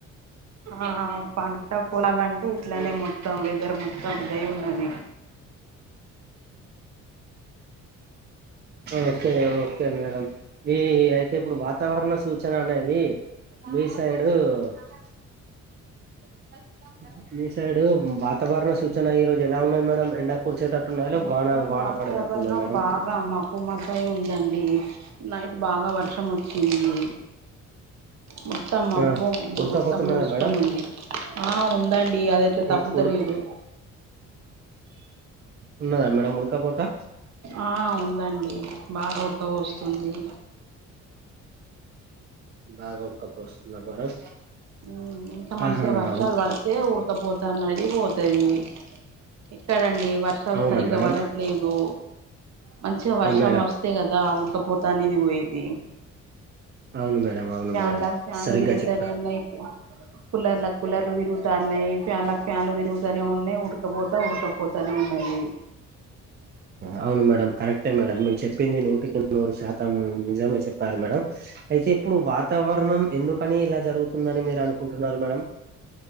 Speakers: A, on the right; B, on the right.
A: ఆ పంట పొలాలంటే ఇట్లనే మొతం వెదర్ మొ క్ దే ఉన్నది
B: ఓకే ఓకే మేడం ఈ అయితే ఇప్పుడు వాతావరణ సూచన అనేది మీ సైడు ద అ మీ సైడ్ వాతావరణ సూచన ఈ రోజు ఎలా ఉన్నది మేడం ఎండ కుర్చేటట్టు ఉన్నాద లే
A: మొత్తం
B: వాన వాన
A: వాతావరణం
B: పడేటట్టున్నాద మేడం
A: బాగా మాబ్బు మాబ్బయి ఉందండి నైట్ బాగా వర్షం వచ్చింది మొత్తం మబ్బు
B: ఆ ఉడకపోతున్నదా
A: మొత్తం మూసుకొని
B: మేడం
A: ఉంది ఆ ఉందండి అదైతే తప్పుత
B: ఉ ఉడక
A: లేదు
B: ఉన్నదా మేడం ఉడకాపోతా
A: ఆ ఉందండి బాగా ఉడకపోస్తోంది
B: బాగా ఉడకపోస్తుందా మేడం
A: మ్ ఇంకా మంచిగా
B: ఆహా
A: వర్షాలు
B: ఓకే
A: పడితే ఊడకపోతా అన్నది పోతది ఎక్కడండి వర్షాలు
B: అవునా
A: సరిగ్గా
B: మేడం
A: పడట్లేదు మంచిగా వర్షం
B: ఆ మేడం
A: వరిస్తే కదా ఉడకపోత అనేది పోయే ది
B: అవును మేడం అవును
A: ఫ్యాన్
B: మేడం
A: ల ఫ్యాన్లు
B: సరిగ్గా
A: తిరుగుతనే
B: చెప్పారు
A: ఉన్నాయ్ కులర్ ల కులర్లు విరుగుతాన్నయ్ ఫ్యాన్ల ఫ్యాన్లు తిరుగుతనే ఉన్నయ్ ఉడుకపోతా ఉడుక పోతానే ఉన్నాది
B: అవును మేడం కరెక్టే మేడం మీరు చెప్పింది నూటికి నూరు శాతం నిజమే చెప్పారు మేడం అయితే ఇప్పుడు వాతావరణం ఎందు కనీ ఇలా జరుగుతుందని మీరు అనుకుంటున్నారు మేడం